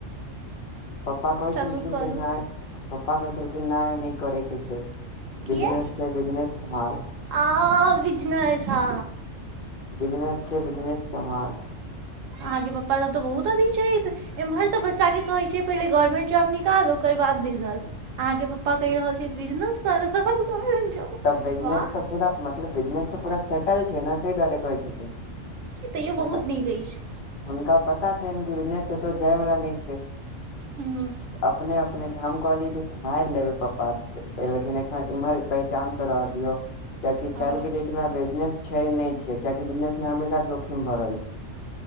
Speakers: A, on the left (about 45°); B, on the right (about 80°).
A: पप्पा कोइ
B: चलू
A: छल कि
B: करू
A: जे नहि पप्पा कहै छलखिन नहि नहि करे के छै।
B: किया
A: बिजनेस छै बिजनेस सम्हाल
B: आ बिजने ह
A: बिजनेस छै बिजनेस सभाल।
B: अहाँके पप्पासभ तऽ बहुत अथी छथि एम्हर तऽ बच्चा के कहैत छै पहिले गवर्नमेंट जॉब निकाल ओकर बाद बिजनेस अहाँ के पप्पा कहि रहल छै बिजनेस कर <unintelligible>
A: तऽ बिजनेस
B: वाह
A: तऽ मतलब बिजनेस तऽ पूरा सेटल छै ने तै दुआरे कहै छथिन
B: तैयो
A: हुनका
B: बहुत नीक अइछ
A: हुनका पता छनि कि बिजनेस कतौ जाय वाला नहि छै --
B: हँ
A: अपने अपने छै हम कहलियै जे सम्हारि लेबै पापा लेकिन एखन इम्हर पहचान तऽ रह' दियौ कियाकि काल्हि
B: हँ
A: के डेट मे बिजनेस छै नहि छै कियाकि बिजनेस मे हमेशा जोखिम भ रहल छै